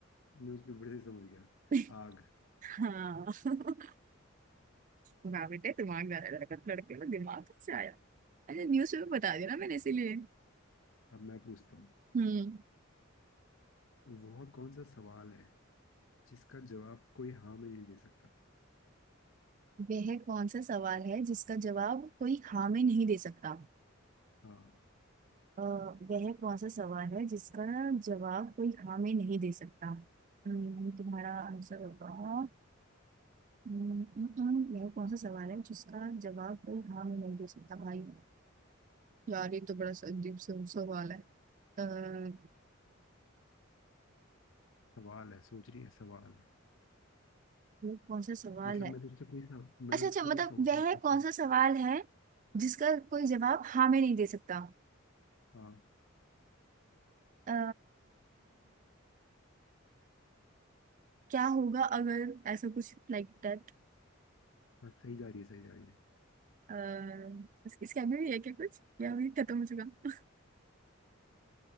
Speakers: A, on the left; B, on the right.
A: न्यूज पेपर से समझ गया
B: <laughs>
A: आग
B: हाँ <laughs> वाह बेटे दिमाग ज्यादा लड़का लड़के को दिमाग कैसे आया अच्छा न्यूज पेपर बता दिया ना मैंने इसीलिए
A: अब मैं पूछता हूँ
B: हम्म
A: वह कौन सा सवाल है जिसका जवाब कोई हाँ में नहीं दे सकता
B: वह कौन सा सवाल है जिसका जवाब कोई हाँ में नहीं दे सकता
A: हाँ
B: अ, वह कौन सा सवाल है जिसका जवाब कोई हाँ में नहीं दे सकता हम्म, तुम्हारा आंसर होगा हम्म, हम्म, हम्म, वह कौन सा सवाल है जिसका जवाब कोई हाँ में नहीं दे सकता भाई यार ये तो बड़ा सा अजीब सा सवाल है अ,
A: सवाल है सोच रही है सवाल है
B: वह कौन सा सवाल
A: मतलब
B: है
A: मैं तुझसे कोई सव, मैं
B: अच्छा अच्छा
A: तुझसे
B: मतलब
A: कोई सवाल
B: वह
A: पूछूं
B: कौन सा सवाल है जिसका कोई जवाब हाँ में नहीं दे सकता
A: हाँ
B: अ, क्या होगा अगर ऐसा कुछ लाइक दैट
A: हाँ सही जा रही है सही जा रही है
B: अ, इस- इसके आगे भी है क्या कुछ या अभी खत्म हो चुका